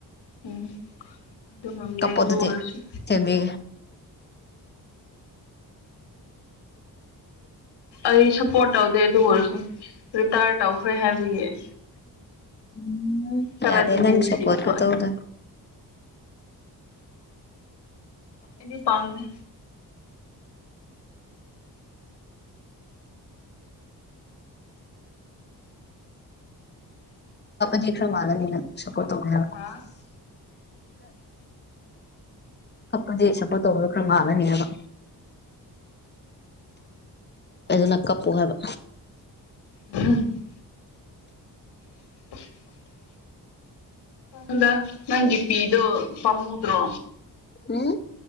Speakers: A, on the left; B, on the left.
A: ꯎꯝ ꯑꯗꯨ ꯉꯝꯗꯦ
B: ꯀꯄꯣꯗꯨ
A: ꯑꯗꯨ
B: ꯊ
A: ꯑꯣꯏꯔꯁꯨ
B: ꯊꯦꯝꯕꯤ
A: ꯑꯩ ꯁꯞꯄꯣꯔꯠ ꯇꯧꯗꯦ ꯑꯗꯨ ꯑꯣꯏꯔꯁꯨ ꯔꯤꯇꯥꯌꯔ ꯇꯧꯈ꯭ꯔꯦ ꯍꯥꯏꯕꯒꯤ <inaudible>
B: ꯎꯝ
A: ꯈꯔꯗꯤ
B: ꯌꯥꯗꯦ
A: ꯅꯨꯡꯁꯤꯕ
B: ꯅꯪꯁꯨꯄꯋꯥꯔꯒ
A: ꯊꯣꯛꯑꯦ
B: ꯇꯧꯗ
A: ꯑꯦꯗꯤ ꯄꯝꯗ
B: ꯖꯤꯈ꯭ꯔ ꯃꯥꯅꯅꯤꯅ ꯠꯇꯅ
A: ꯍꯥ
B: ꯑꯞ ꯆꯁꯄ ꯇꯣꯂ ꯀꯔ ꯃꯥꯂꯅꯤꯕ ꯑꯗꯨꯅ ꯀꯞꯄꯨ ꯍꯥꯏꯕ
A: ꯎꯝ <inaudible> ꯀꯗ ꯅꯪ ꯏ ꯄꯤ ꯗꯣ ꯄꯃꯨꯗꯣ
B: ꯎꯝ